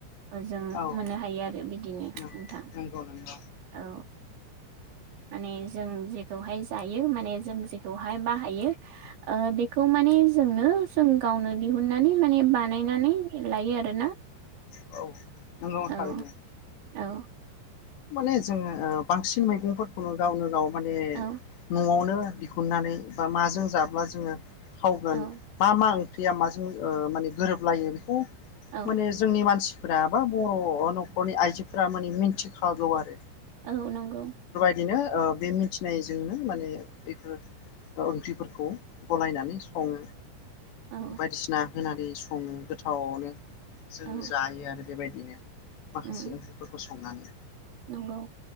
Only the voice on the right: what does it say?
जों
मोननो हायो आरो बिदिनो नोंथां
औ। माने जों जेखौहाय जायो माने जों जेखौहाय बाहायो बेखौ माने जोंनो जों गावनो दिहुननानै माने बानायनानै लायो आरओ आरोना।
औ
औ।
औ
औ
औ
औ नंगौ।
औ
औ
उम
नंगौ।